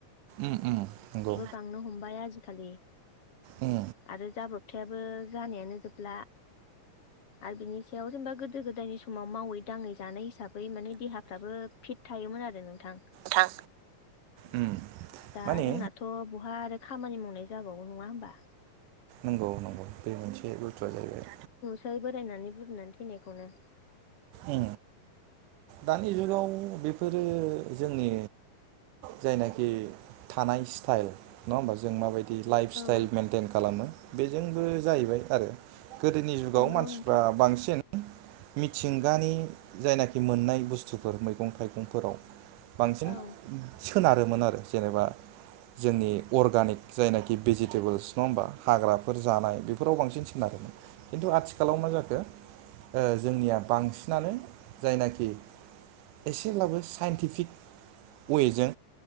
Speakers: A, on the right; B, on the left.
A: उम उम नंगौ
B: थांनो हमबाय आजिखालि
A: उम
B: आरो जाब्रबथायाबो जानायानो जोबला आरो बिनि सायाव जेनेबा गोदो गोदायनि समाव मावै दाङै जानाय हिसा बै माने देहाफ्राबो फिट थायोमोन आरो नोंथां
A: थां उम
B: दा
A: माने
B: जोंनाथ' बहा आरो खामानि मावनाय जाबावगौ नङा होमबा
A: नंगौ नंगौ बे मोनसे बुस्थुआ जाहैबाय
B: फ्राय बोरायनानै बुरनानै थैनायखौनो
A: ओ दानि जुगाव बेफोरो जोंनि जायनाखि थानाय स्टाइल नङा होमबा जों माबायदि बि लाइफ स्टाइल
B: औ औ
A: मेन्टेन खालामो बेजोंबो जाहैबाय आरो गोदोनि जुगाव
B: नंगौ
A: मानसिफ्रा
B: नोंथां
A: बांसिन मिथिंगानि जायनाखि मोननाय बुस्थुफोर मैगं थाइगंफोराव बांसिन
B: औ
A: सोनारोमोन आरो जेनेबा जोंनि अर्गानिक जायनाखि भेजिटेबोल्स नङा होमबा हाग्राफोर जानाय बेफोराव बांसिनसिन सोनारो
B: <inaudible>
A: खिन्थु आथिखालाव मा जाखो ओ जोंनिया बांसिनानो जायनाखि एसेब्लाबो साइन्टिफिक अए जों